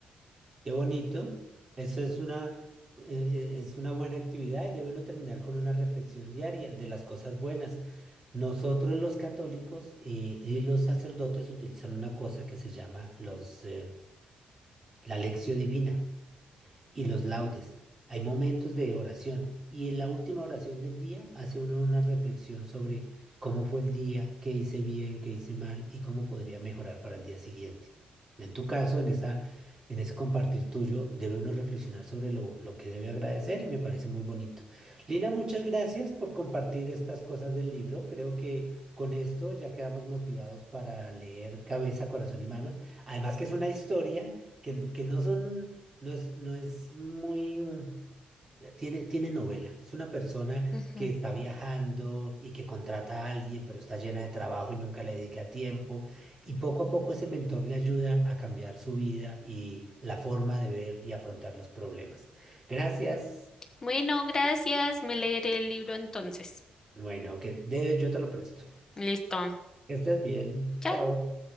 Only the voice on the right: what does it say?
Qué bonito. Eso es una, eh, eh, es una buena actividad y debe uno terminar con una reflexión diaria de las cosas buenas. Nosotros los católicos eh, y los sacerdotes utilizan una cosa que se llama los, eh, la lección divina. y los laudes. Hay momentos de oración y en la última oración del día hace uno una reflexión sobre cómo fue el día, qué hice bien, qué hice mal y cómo podría mejorar para el día siguiente. En tu caso, en esa, en ese compartir tuyo, debe uno reflexionar sobre lo, lo que debe agradecer y me parece muy bonito. Lina, muchas gracias por compartir estas cosas del libro. Creo que con esto ya quedamos motivados para leer Cabeza, Corazón y Manos. Además que es una historia que, que no son no es, no es muy... eh, Tiene, tiene novela. Es una persona
que está viajando y que contrata a alguien, pero está llena de trabajo y nunca le dedica tiempo. Y poco a poco ese mentor le ayuda a cambiar su vida y la forma de ver y afrontar los problemas. Gracias.
Bueno, que de, yo te lo presto.
Que estés bien.
Chao.